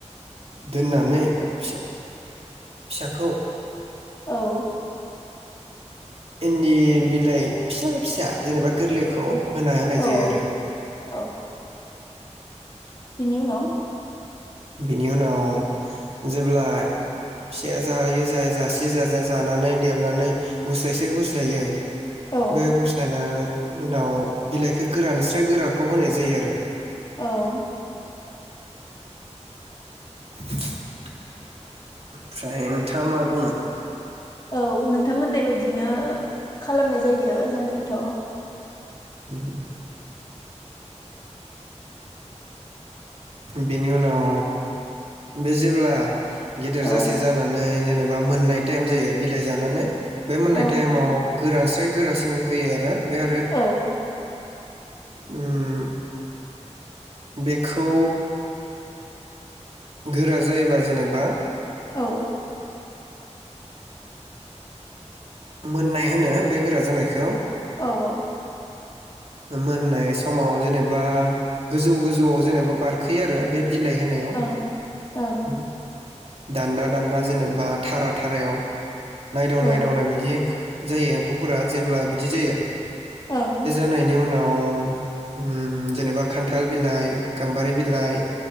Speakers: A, on the right; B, on the left.
A: दोननानै फिसा फिसाखौ
B: औ
A: इनदि बिलाइ फिसा फिसा जेनेबा गोरलैखौ होना होनाय
B: औ
A: जायो आरो
B: औ बिनि उनाव
A: बिनि उनाव जेब्लाय फिसाया जायो जाय-जासे जा-जा-जानानै देरनानै गुस्लायसे गुस्लायो।
B: औ
A: बे गुस्लायनानै उनाव बिलाइखो गोरानिस्राय गोराखौ होनाय जायो आरो।
B: औ
A: <inaudible> ओमफ्राय नोंथाङा मा बुङो?
B: औ नोंथां होननाय बायदिनो खालामनाय जायो जानायाथ'
A: उम बेनि उनाव बे जेब्ला गेदेर
B: औ
A: जासे जानानै जेन नेबा मोननाय टाइम जायो बिलाइ जानानै बे मोननाय
B: औ
A: टाइमाव गोरानस्राय गोरास दिनि होयो। थो बे आरो
B: औ
A: उम बेखौ गोरा जायोब्ला जेनेबा
B: औ
A: मोननाय होनो बे गोरा जानायखौ।
B: औ औ
A: मोननाय समाव जेनेबा गोजौ गोजौआव जेनेबा बारखोयो आरो बे बिलाइ होनायाव
B: ओं ओं
A: उगु दान्दा दान्दा जेनेबा थारा थारायाव नायदाव
B: औ
A: नायदावनाय बायदियै जायो एम्फौफोरा जेब्ला बिदि जायो
B: ओं
A: नायनि उनाव उम जेनेबा खान्थाल बिलाइ गाम्बारि बिलाइ